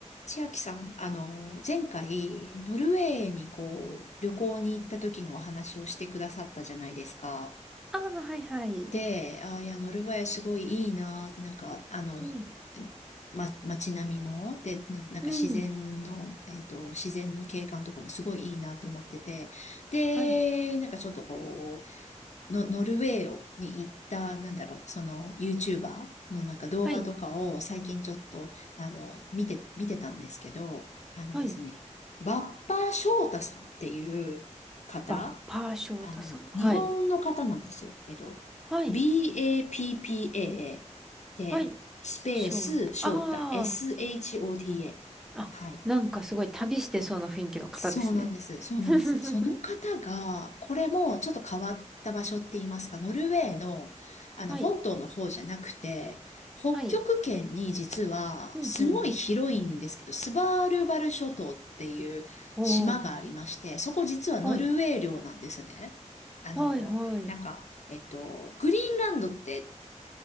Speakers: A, on the left (about 65°); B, in the centre.
A: 千秋さん、あの、前回、ノルウェーにこう、旅行に行った時のお話をしてくださったじゃないですか。
B: ああ、はいはい。
A: で、あ、いや、ノルウェーすごいいいなって、なんか、あの、
B: うん、
A: ま、街並みも、で、ななんか自然の、
B: うん、
A: えっと、自然の景観とかもすごいいいなって思ってて、で、
B: はい、
A: なんかちょっとこう、の、ノルウェーをに行った、なんだろう、その、YouTuber のなんか動画とかを最近ちょっと、
B: はい、
A: あの、見て、見てたんですけど、あのですね、
B: はい。
A: バッパー翔太さんっていう方、
B: バッパー翔太さん。
A: あの、
B: はい、
A: 日本の方なんですよ。えっと、
B: はい、
A: BAPPA で、
B: はい。
A: スペース翔太、
B: 翔太。あ
A: SHOTA。
B: あ、あ、
A: はい。
B: なんかすごい旅してそうな雰囲気の方ですね。
A: そうなんです。そうなんです。
B: <laughs> ふふふふ
A: その方が、これもちょっと変わった場所って言いますか、ノルウェーの、あの、
B: はい、
A: 本島の方じゃなくて、北極圏に実は、
B: はい、うん、
A: すごい広いんですけど、
B: うん。
A: スバールバル諸島っていう島がありまして、
B: おー、
A: そこ実はノルウェー領なんですね。
B: はい、
A: あの、
B: はい、はい。
A: なんか、えっと、グリーンランドって